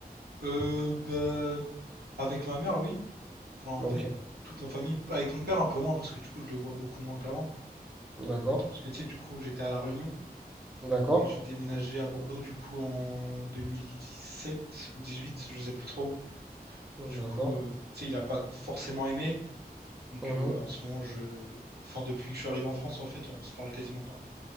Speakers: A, on the right (about 80°); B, in the centre.
A: Euh, bah, avec ma mère, oui. Enfin, en
B: Ok,
A: fait, toute ma famille. Avec mon père, un peu moins, parce que du coup, je le vois beaucoup moins qu'avant.
B: d'accord,
A: Parce que tu sais, du coup, j'étais à La Réunion
B: d'accord,
A: et j'ai déménagé à Bordeaux, du coup, en 2017 ou 18, je sais plus trop.
B: d'accord.
A: Du coup, euh, tu sais, il a pas forcément aimé. Donc,
B: mhm.
A: euh, ouais, en ce moment, je. Enfin, depuis que je suis arrivé en France, en fait, on se parle quasiment pas.